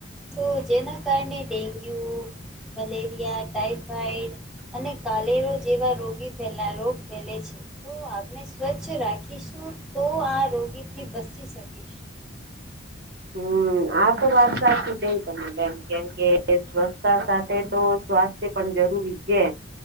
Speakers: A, in the centre; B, on the right (about 50°).
A: તો જેના કારણે ડેન્ગ્યુ, મલેરિયા ટાઈફોઈડ. અને કાલેરો જેવા રોગી રોગ ફેલે છે, તો આપને સ્વચછ કછ રાખીશું તો આ રોગીથી બચી શકીશ.
B: હમ. આ તો વાત સાચી કઈ તને બેન કેમકે સ્વચસ્છતા સાથે તો સ્વાસ્થ્ય પણ જરૂરી છે.